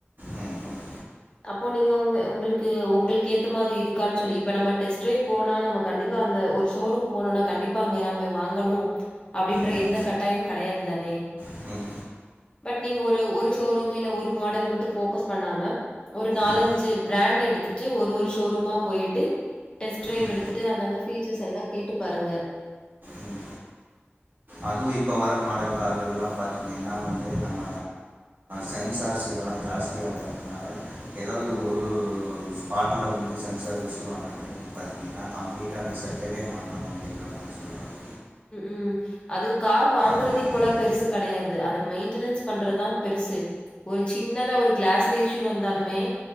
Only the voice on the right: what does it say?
ம் ம்
ம் ம்
ம்
ம்
ம்
உம் அதுவு இப்ப வர மாடல் கார்கள் எல்லா பாத்தீங்கன்னா வந்து நம்ம சென்சார் செ இதெல்லா ஜாஸ்தியாக வரதுனால ஏதாவது
ஒரு ஸ்பாட்ல வந்து சென்சார் இஸ்யூ ஆனா பாத்தீங்கன்னா கம்ப்ளீட்டா அந்த செட்டவே மாத்தணு அப்டிங்கிற மாறி சொல்றாங்க
தோணிக்கிட்டு
இருக்கு